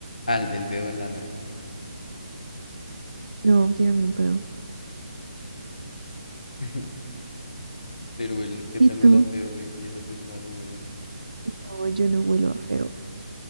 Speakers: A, on the left; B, on the right.
A: Ah, el el dedo en la nariz, perdón.
B: No, tirarme un pedo.
A: <laughs> Pero huele- qué
B: ¿Y
A: tal
B: tú?
A: huela feo y, y esa persona lo huela.
B: No, yo no huelo a feo.